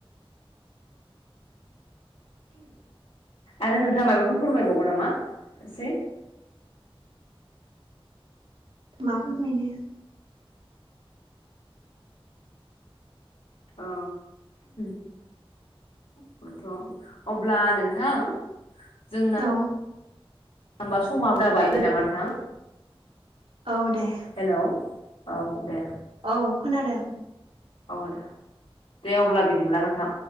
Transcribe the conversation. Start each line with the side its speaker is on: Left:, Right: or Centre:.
Left: आरो नोंथाङा माबाफोर फोरमायबावगोन नामा एसे <inaudible>
Right: मा फोरमायनो <inaudible>
Left: औ <inaudible> थ अब्ला नोंथां जोंना
Right: औ
Left: होमबा समाबो जाबाय नामा नोंथां
Right: औ दे
Left: हेलौ औ दे
Right: औ खोनादों
Left: औ दे दे अब्ला बिदिब्ला नोंथां